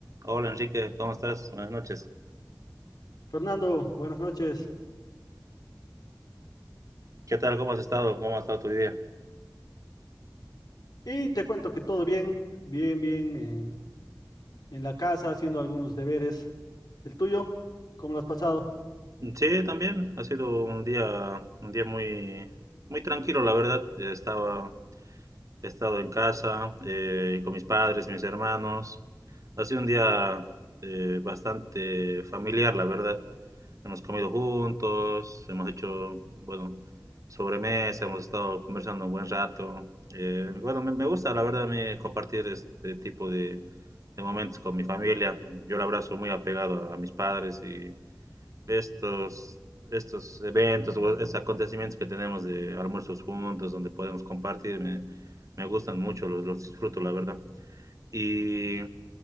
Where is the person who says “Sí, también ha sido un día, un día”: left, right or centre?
Right